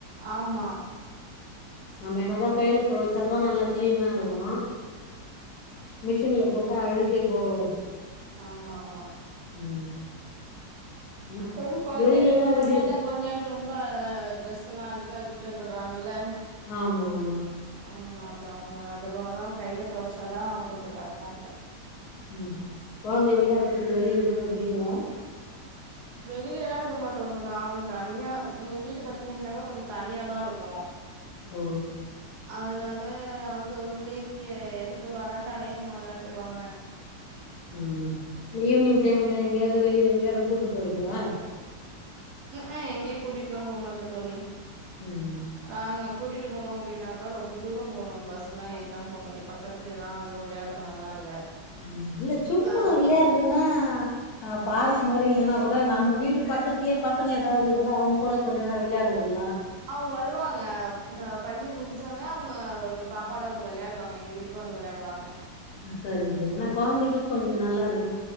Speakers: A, on the right; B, on the left.
A: ஆமா
B: நம்ம என்னாதா கையில தொவச்சாதா நல்லா கிளீனாருக்கு மிஷின்ல போட்டா அழுக்கே போவாது
A: ஆமாமா
B: ம் நா
A: சேரி கொழந்தைங்க
B: வெளிலல்லா
A: இங்க
B: விடு
A: வெளையாண்டு அங் வெளையாண்டு ரொம்ப ட்ரெஸ் எல்லா அழுக்காக்கிட்டு வந்துறாங்கல்ல
B: ஆமாமா
A: ஆமா அது அவுங்க அதுவா தா கையில தொவச்சாதா கொஞ்சோ கரெக்ட்டாருக்கு
B: ம் கொழந்தைய விளையாட்றதுக்கு வெளியிலல்லா விட்றீங்ளா
A: வெளியல எல்லா விட மாட்டோ இப்ப நாங்க தனியா எங்க வீடு பாத்தீங்கனாவே கொஞ்ச தனியா தாருக்கு
B: ஓ
A: அதனா ல அங்க உள்ளைக்கே எதுக்க வராண்டாலயே அவுங்க வெளாண்ட்ருவாங்க
B: ம் ஈவ்னிங் டைம்ல எங்கயாவது வெளியில விளையாட கூட்டு போறீங்களா
A: ஆ எங்கையு கூட்டிட்டுல்லா போ மாட்டே தோழி
B: ம்
A: அங்க கூட்டிட்டு போனோ அப்டினாக்கா ரொம்ப தூரோ போனு பஸ்லா ஏறிதா போனு இங்க பக் கத்திலியேவா அதுவு வெளையாட்ற மாரிலா இல்ல
B: ம் இல்ல சும்மா
A: அது
B: விளையாட்றதுனா அ பார்க் மாரி இல்லனா கூட நம்ப வீட்டு பக்கத்துலே பசங்க எதாவது இருந்தா அவுங்க கூட கொஞ்சோ நேரோ விளையாட விட்லா
A: அவுங் வருவாங்க பள்ளி முடிஞ்ச ஒனே அவுங்க இங்க பாப்பாட வந்து வெளையாடுவாங்க எங்க வீட் டுக்கே வந்து வெளையாடுவாங்க
B: அ சரிங்க சார் ஏனா கொழந்தைக்கு கொஞ்சோ நல்லாருக்கு